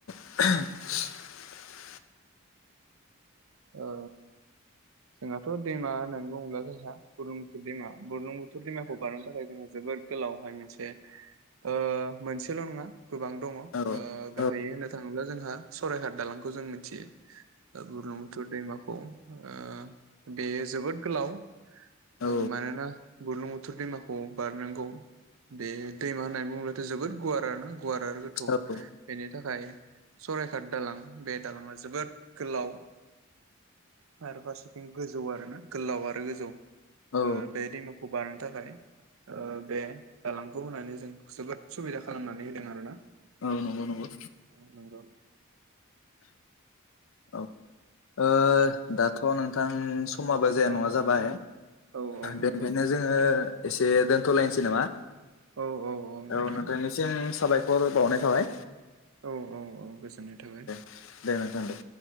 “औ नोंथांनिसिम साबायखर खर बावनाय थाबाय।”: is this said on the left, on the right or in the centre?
Left